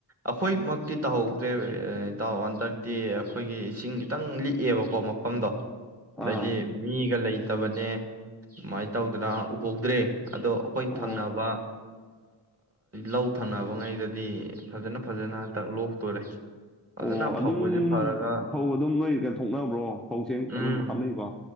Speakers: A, on the right; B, in the centre.
A: ꯑꯈꯣꯏꯃꯛꯇꯤ ꯇꯧꯍꯧꯗ꯭ꯔꯦ ꯏꯇꯥꯎ ꯍꯟꯇꯛꯇꯤ ꯑꯈꯣꯏꯒꯤ ꯏꯁꯤꯡ ꯈꯤꯇꯪ ꯂꯤꯛꯑꯦꯕꯀꯣ ꯃꯐꯝꯗꯣ ꯑꯗꯩꯗꯤ
B: ꯑꯥ
A: ꯃꯤꯒ ꯂꯩ ꯇꯕꯅꯦ ꯃꯥꯏ ꯇꯧꯗꯅ ꯎꯍꯧꯗ꯭ꯔꯦ ꯑꯗꯣ ꯑꯈꯣꯏ
B: ꯑꯣ
A: ꯊꯪꯅꯕ ꯂꯧ ꯊꯪꯅꯕꯉꯩꯗꯗꯤ ꯐꯖꯅ ꯐꯖꯅ ꯍꯟꯇꯛ ꯂꯣꯛꯇꯣꯔꯦ ꯐꯖꯅ
B: ꯑꯣ ꯑꯗꯨꯝ
A: ꯐꯧꯒꯁꯦ ꯐꯔꯒ
B: ꯐꯧ ꯑꯗꯨꯝ ꯅꯣꯏ ꯀ ꯊꯣꯛꯅꯕ꯭ꯔꯣ ꯐꯧꯁꯦ
A: ꯎꯝ
B: ꯑꯗꯨꯝ ꯍꯥꯞꯅꯩꯀꯣ